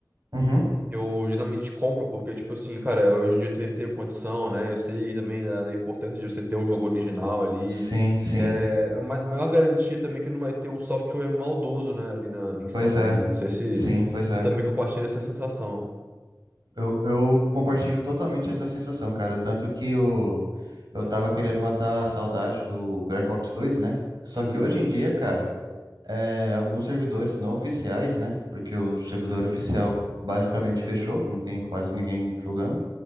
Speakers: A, on the right; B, on the right.
A: Uhum,
B: Eu geralmente compro porque, tipo assim, cara, hoje em dia eu tenho, tenho condição, né? Eu sei também da, da importância de você ter um jogo original ali.
A: sim, sim.
B: E é a ma- maior garantia também é que não vai ter um software maldoso, né, ali na, instalado,
A: Pois é.
B: né? Não sei se
A: Sim, pois é.
B: você também compartilha essa sensação.
A: Eu, eu compartilho totalmente essa sensação, cara. Tanto que eu, eu tava querendo matar a saudade do Black Ops 2, né? Só
B: Uhum,
A: que hoje em dia, cara, é, alguns servidores não oficiais, né? Porque o servidor oficial basicamente fechou, não tem quase ninguém jogando.